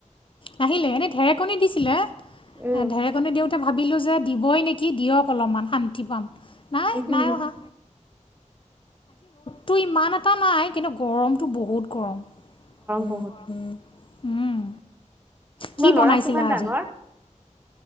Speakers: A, on the left; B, on the right.
A: নাহিলে এনে ঢেৰেকণ দিছিলে
B: উম
A: ঢেৰেকণ দে- ভাবিলো যে দিবই নেকি দিয়ক অলপমান শান্তি পাম। নাই
B: উম হম
A: নাই
B: হম
A: অহা তো ইমান এটা নাই কিন্তু গৰমটো বহুত গৰম উম
B: বহুত
A: উম
B: তোমাৰ
A: কি বনাইছিলা
B: লৰা কিমান
A: আজি
B: ডাঙৰ